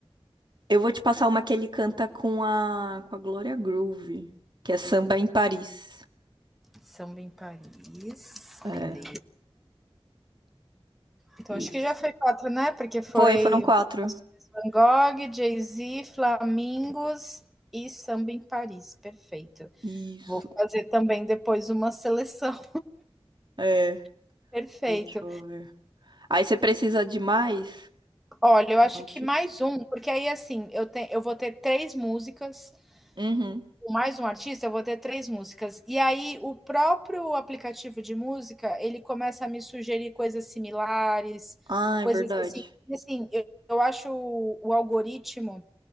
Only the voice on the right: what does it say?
Eu vou te passar uma que ele canta com a, com a Gloria Groove, que é Samba em Paris.
É,
isso.
Foi, foram quatro.
Isso.
É,
deixa eu ver. Aí você precisa de mais?
Não
Uhum,
Ah,
é verdade.